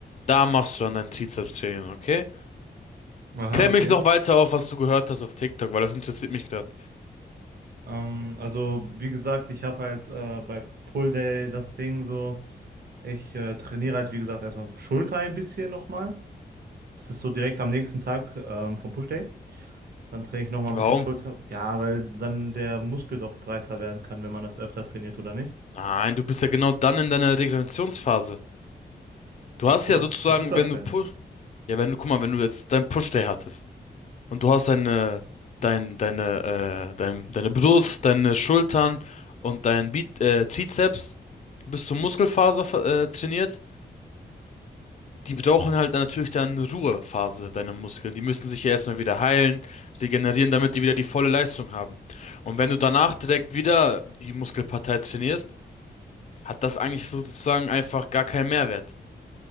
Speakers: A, on the left (about 40°); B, on the right (about 65°).
A: da machst du dann dein Trizeps-Training, okay?
B: Aha,
A: Klär
B: okay.
A: mich doch weiter auf, was du gehört hast auf TikTok, weil das interessiert mich gerade.
B: Ähm, also wie gesagt, ich habe halt äh, bei Pull Day das Ding so, ich äh, trainiere halt wie gesagt erstmal Schulter ein bisschen nochmal. Das ist so direkt am nächsten Tag ähm, vom Push Day. Dann trainiere ich nochmal
A: Warum?
B: ein bisschen Schulter. Ja, weil dann der Muskel doch breiter werden kann, wenn man das öfter trainiert oder nicht.
A: Nein, du bist ja genau dann in deiner Regenerationsphase. Du
B: Ach
A: hast
B: so,
A: ja
B: was,
A: sozusagen,
B: was ist das
A: wenn
B: denn?
A: du Push, ja, wenn du, guck mal, wenn du jetzt dein Push-Day hattest und du hast deine, dein, deine, äh, dein, deine Brust, deine Schultern und dein Bi äh, Trizeps bis zur Muskelfaser äh, trainiert Die brauchen halt natürlich dann eine Ruhephase, deine Muskeln. Die müssen sich ja erstmal wieder heilen, regenerieren, damit die wieder die volle Leistung haben. Und wenn du danach direkt wieder die Muskelpartei trainierst, hat das eigentlich sozusagen einfach gar keinen Mehrwert.